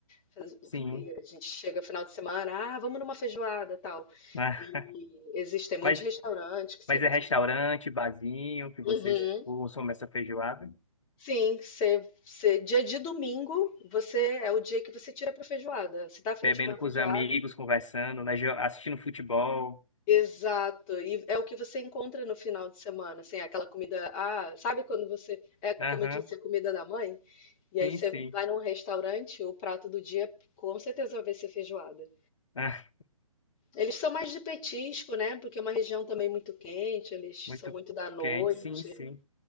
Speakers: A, on the left; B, on the left.
A: Faz-
B: Sim.
A: e A gente chega final de semana, ah, vamos numa feijoada, tal.
B: Ah,
A: E existem muitos
B: Mas,
A: restaurantes que servem
B: mas é restaurante,
A: feijoada.
B: barzinho, que vocês
A: Uhum.
B: consomem essa feijoada?
A: Sim, você, você- dia de domingo, você é o dia que você tira para feijoada. Você tá afim
B: bebendo
A: de comer uma
B: com
A: feijoada?
B: os amigos, conversando, né, jo- assistindo futebol.
A: Exato, e é o que você encontra no final de semana, assim, aquela comida, ah, sabe quando você, é como
B: Aham,
A: eu disse, a comida da mãe? E
B: sim,
A: aí você
B: sim.
A: vai num restaurante, o prato do dia com certeza vai ser feijoada.
B: Ah,
A: Eles são mais de petisco, né? Porque é uma região também muito quente, eles
B: muito
A: são muito da noite.
B: quente, sim, sim.